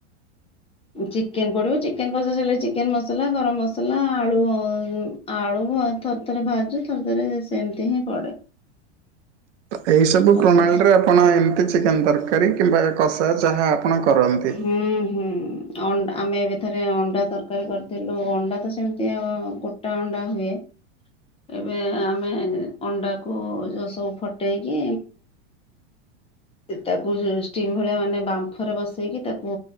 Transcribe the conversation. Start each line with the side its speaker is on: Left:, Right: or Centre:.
Left: ଚିକେନ ପଡିବ ଚିକେନ କଷା ସଇଲେ ଚିକେନ ମସଲା ଗରମ ମସଲା ଆଳୁ ଆଳୁ ଆଉ ଥରେ ଥରେ ଭାଜୁ ଥରେ ଥରେ ସେମିତି ହିଁ ପଡେ।
Right: ଏଇ ସବୁ
Left: କଷି
Right: ପ୍ରଣାଳି
Left: କଷି
Right: ରେ ଆପଣ ଏମିତି ଚିକେନ ତରକାରୀ କିମ୍ବା କସ ସାର୍ ଯାହା ଆପଣ କରନ୍ତି।
Left: ହୁଁ ହୁଁ ଅଣ୍ଡା ଆମେ ଏବେଥରେ ଅଣ୍ଡା ତରକାରୀ କରିଥିଲୁ ଅଣ୍ଡା ତ ସେମିତି ଆଉ ଗୋଟା ଅଣ୍ଡା ହୁଏ। ଏବେ ଆମେ ଅଣ୍ଡାକୁ ଯୋଉ ସବୁ ଫଟେଇକି ଉ ତାକୁ ଷ୍ଟିମ ଭଳିଆ ମାନେ ବା ବାଫରେ ବସେଇକି ତାକୁ